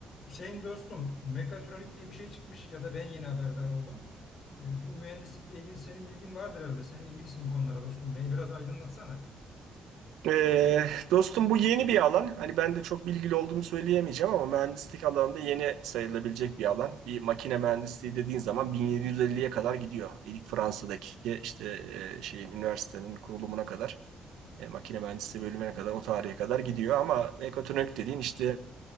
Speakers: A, on the left; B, on the right.
A: Hüseyin dostum, mekatronik diye bir şey çıkmış ya da ben yeni haberdar oldum. E, bu mühendislikle ilgili senin bilgin vardır herhalde. Sen ilgilisin bu konulara dostum. Beni biraz aydınlatsana.
B: Ee, dostum bu yeni bir alan. Hani ben de çok bilgili olduğumu söyleyemeyeceğim ama mühendislik alanında yeni sayılabilecek bir alan. Bir makine mühendisliği dediğin zaman 1750'ye kadar gidiyor. İlk Fransa'daki işte e, şeyin üniversitenin kurulumuna kadar, e, makine mühendisliği bölümüne kadar o tarihe kadar gidiyor. Ama mekatronik dediğin işte